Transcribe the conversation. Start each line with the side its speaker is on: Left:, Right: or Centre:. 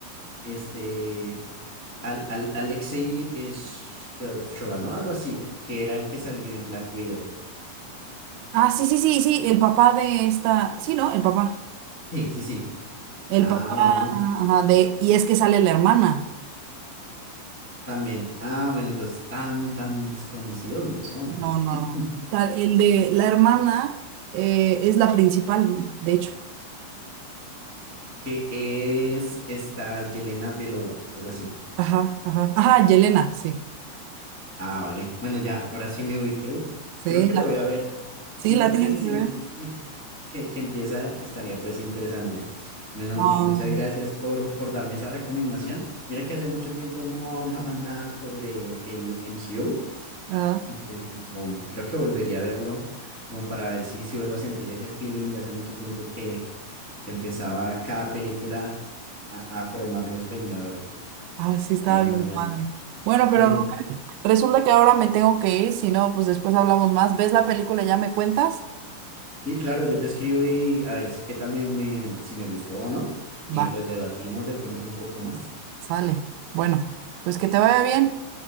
Centre: este, al, al, Alexei eh, Sho- Shova, ¿no? Algo así, que era el que salió en Black Widow.
Right: Ah, sí, sí, sí, sí, el papá de esta. Sí, ¿no? El papá.
Centre: Sí, sí, sí.
Right: El
Centre: Ah,
Right: papá,
Centre: bueno,
Right: ajá, de. Y es que sale la hermana.
Centre: también. Ah, bueno, entonces tan, tan desconocidos no son.
Right: No, no,
Centre: <laughs>
Right: no. Sa- El de la hermana eh, es la principal, de hecho.
Centre: Que es esta Yelena Belova, algo así.
Right: Ajá, ajá. Ajá, Yelena, sí.
Centre: Ah, vale. Bueno, ya, ahora sí me ubiqué.
Right: Sí,
Centre: Creo que
Right: la,
Centre: lo voy a ver. Sí,
Right: sí, la
Centre: porque
Right: tienes
Centre: si
Right: que ver.
Centre: me dices que, que, que empieza, estaría pues interesante. Bueno,
Right: Ah,
Centre: muchas gracias por, por darme esa recomendación. Mira que hace mucho tiempo no hablaba nada sobre el MCU,
Right: ajá.
Centre: pero creo que volvería a verlo como para ver si, si vuelvo a sentir ese feeling de hace mucho tiempo que, que empezaba cada película a, a formar los Vengadores.
Right: Ay, sí, estaba
Centre: Bueno,
Right: bien
Centre: Mariana,
Right: padre. Bueno, pero
Centre: eh,
Right: Rubén, resulta que ahora me tengo que ir, si no, pues después hablamos más. ¿Ves la película y ya me cuentas?
Centre: Sí, claro, yo te escribo y a ver si qué tal me, me, si me gustó o no. Y
Right: Va,
Centre: pues debatimos de pronto un poco más.
Right: sale. Bueno, pues que te vaya bien.